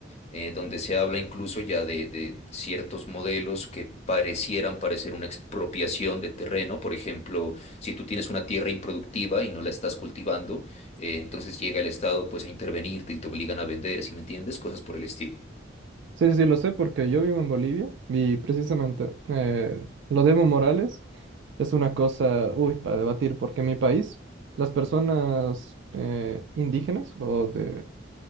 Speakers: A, on the left; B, on the right.
A: eh, donde se habla incluso ya de, de ciertos modelos que parecieran parecer una expropiación de terreno. Por ejemplo, si tú tienes una tierra improductiva y no la estás cultivando, eh, entonces llega el Estado pues a intervenirte y te obligan a vender, si me entiendes? Cosas por el estilo.
B: Sí, sí, sí, lo sé porque yo vivo en Bolivia y precisamente eh, lo de Evo Morales es una cosa, uy, para debatir, porque en mi país las personas eh, indígenas o de,